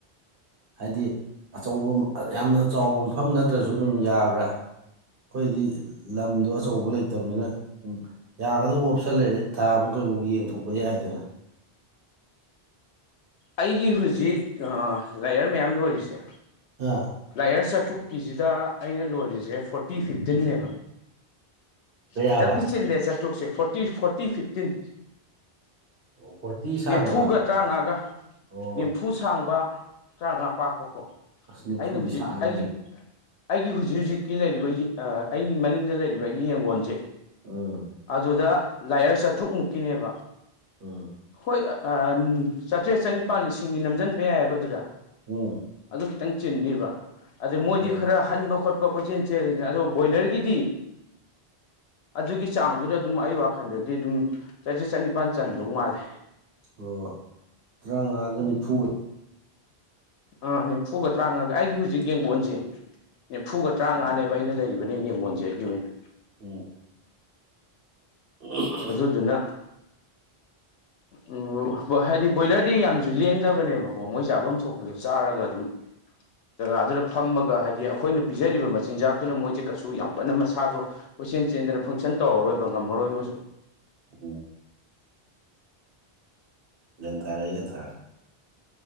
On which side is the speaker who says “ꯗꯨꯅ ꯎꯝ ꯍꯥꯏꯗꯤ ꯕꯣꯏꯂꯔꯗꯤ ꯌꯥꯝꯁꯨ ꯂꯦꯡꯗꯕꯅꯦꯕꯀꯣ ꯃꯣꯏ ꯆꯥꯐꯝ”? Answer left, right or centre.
Left